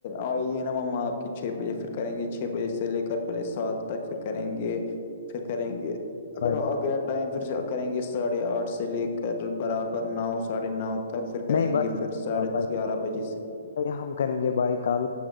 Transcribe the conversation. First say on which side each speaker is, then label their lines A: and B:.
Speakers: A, on the left (about 45°); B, on the left (about 65°).
A: آئیے نا ما آپ کی چھ بجے فری کریں گے چھ بجے سے لے کر پہلے سات تک پھر کریں گے پھر کریں گے اگر
B: بھائی
A: آ گیا ٹائم پھر کریں گے ساڑھے آٹھ سے لے کر برابر نو ساڑھے نو تک پھر کریں
B: نہیں بھائی
A: گے
B: میں
A: پھر ساڑھے دس
B: بھائی
A: گیارہ بجے سے
B: ہم کریں گے بھائی کل